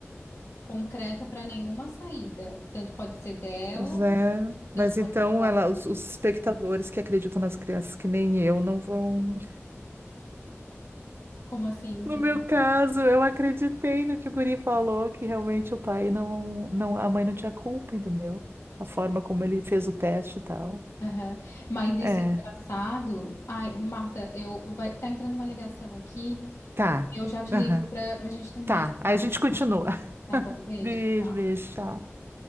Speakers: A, on the left; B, on the right.
A: concreta para nenhuma saída. Tanto pode ser dela,
B: Mas é.
A: tanto
B: Mas
A: pode
B: então
A: ser.
B: ela, os, os espectadores que acreditam nas crianças, que nem eu, não vão.
A: Como assim? Em
B: No
A: Que...
B: meu
A: sentido?
B: caso, eu acreditei no que o guri falou, que realmente o pai não, não, a mãe não tinha culpa, entendeu? A forma como ele fez o teste e tal.
A: Aham. Mas isso
B: É,
A: é engraçado. Ai, Marta, eu vai tá entrando uma ligação aqui.
B: tá.
A: Eu já te
B: Aham.
A: ligo para a gente terminar
B: Tá.
A: esse análise.
B: Aí a gente continua. <laughs>
A: Tá bom, beijo.
B: Beijo,
A: tchau. Tchau.
B: beijo, tchau.